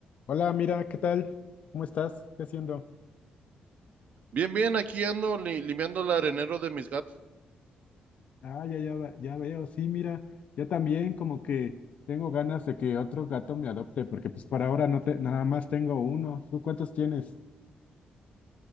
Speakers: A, on the left (about 50°); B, on the right (about 55°).
A: Hola, mira, ¿qué tal? ¿Cómo estás? ¿Qué haciendo?
B: Bien, bien, aquí ando li- limpiando el arenero de mis gatos.
A: Ah, ya, ya, ve- ya veo, sí, mira, yo también como que tengo ganas de que otro gato me adopte, porque pues por ahora no te, nada más tengo uno. ¿Tú cuántos tienes?